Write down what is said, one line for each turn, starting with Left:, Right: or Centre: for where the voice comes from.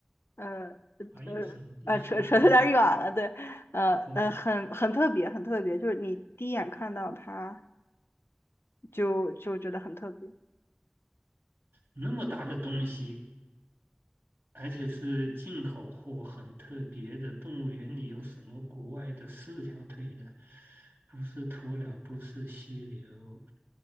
Left: 呃，
Right: 还有什么东西？
Left: 呃，呃，扯扯得有点远了，
Right: 还有个
Left: 对，呃，
Right: 对，
Left: 呃，很很特别，很特别，就是你第一眼看到它就就觉得很特别，
Right: 那么大的东西，而且是进口货，很特别的。动物园里有什么国外的四条腿的？不是鸵鸟，不是犀牛，